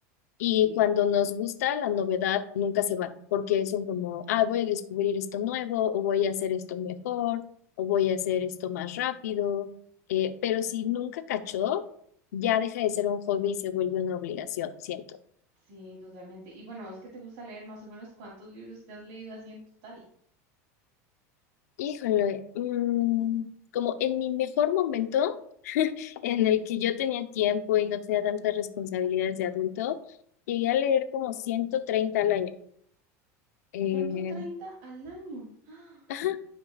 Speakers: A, on the left; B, on the right.
A: y
B: Sí,
A: cuando nos gusta la novedad nunca se va porque son como, ah, voy a descubrir esto nuevo o voy a hacer esto mejor o voy a hacer esto más rápido, eh, pero si nunca cachó, ya deja de ser un hobby y se vuelve una obligación, siento.
B: sí, totalmente. Y bueno, es que te gusta leer más o menos cuántos libros te has leído así en total.
A: Híjole, mm, como en mi mejor momento, <laughs>
B: Ujú.
A: en el que yo tenía tiempo y no tenía tantas responsabilidades de adulto, llegué a leer como 130 al año. Eh,
B: ciento treinta al año. <gasps> ¡Ah!
A: ajá,